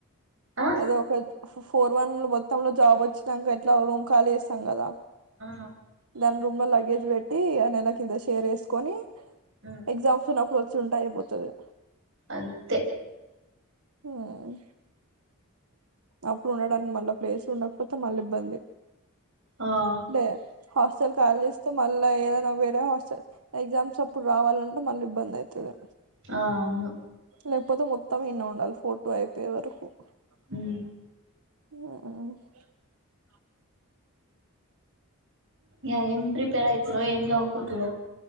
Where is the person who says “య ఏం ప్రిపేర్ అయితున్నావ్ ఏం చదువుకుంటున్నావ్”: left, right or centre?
Right